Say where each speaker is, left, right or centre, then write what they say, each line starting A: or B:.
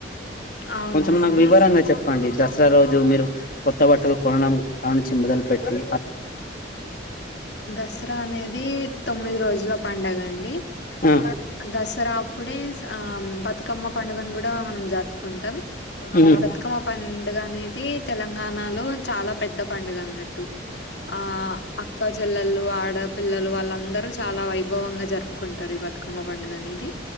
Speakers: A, on the left; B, on the left.
A: అవునండి
B: కొంచెం నాకు వివరంగా చెప్పండి ద సరా రోజు మీరు కొత్త బట్టలు కొనడం కా నుంచి మొదలుపెట్టి
A: దసరా అనే ది తొమ్మిది రోజుల పండుగ అండి
B: ఆ
A: దసరా అప్పుడే ఆ బతుకమ్మ పండుగను కూడా మనం జరుపుకుంటాం
B: ఉమ్
A: ఈ బతుకమ్మ పండుగ అనేది తెలంగాణలో చాలా పెద్ద పండుగ అన్నట్టు ఆ అక్క జెల్లలు ఆడ్ పిల్లలు వాళ్ళందరూ చాలా వైభవంగా జరుపుకుంటారు ఈ బతుకమ్మ పండుగ అనేది